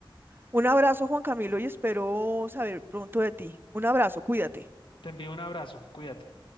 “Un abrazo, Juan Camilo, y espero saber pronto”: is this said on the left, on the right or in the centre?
Right